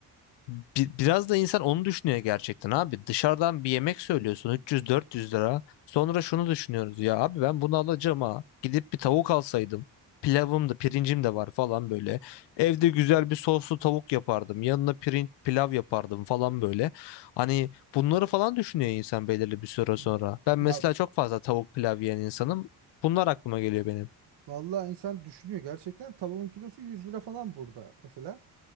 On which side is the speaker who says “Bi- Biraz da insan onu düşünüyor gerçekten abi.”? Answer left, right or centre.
Left